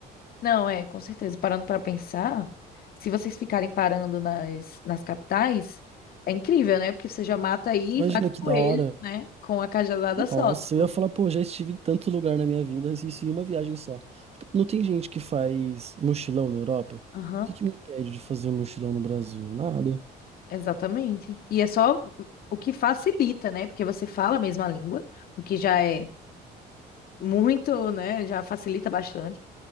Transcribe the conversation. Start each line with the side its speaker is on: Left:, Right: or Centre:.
Left: Não, é, com certeza. Parando pra pensar, se vocês ficarem parando nas, nas capitais, é incrível, né? Porque você já mata aí,
Right: Imagina
Left: e vai com
Right: que
Left: coelho,
Right: da hora.
Left: né? Com a cajadada
Right: Nossa,
Left: só, tipo.
Right: eu ia falar, pô, já estive em tanto lugar na minha vida, isso em uma viagem só. Tipo, Não tem gente que faz mochilão na Europa? O
Left: Aham.
Right: que que me impede de fazer um mochilão no Brasil? Nada.
Left: Exatamente. E é só o que facilita, né? Porque você fala a mesma língua, o que já é muito, né? Já facilita bastante.